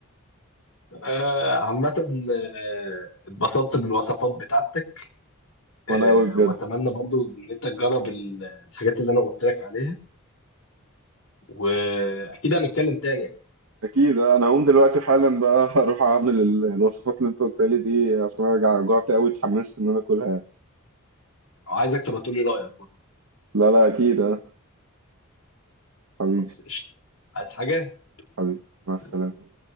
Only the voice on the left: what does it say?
آه عامة آه، اتبسطت بالوصفات بتاعتك آه
وأتمنى برضو إن أنت تجرب ال- الحاجات اللي أنا قلت لك عليها وأكيد هنتكلم تاني
عايزك تبقى تقول لي رأيك برضو.
خلاص قشطة عايز حاجة؟
سلام.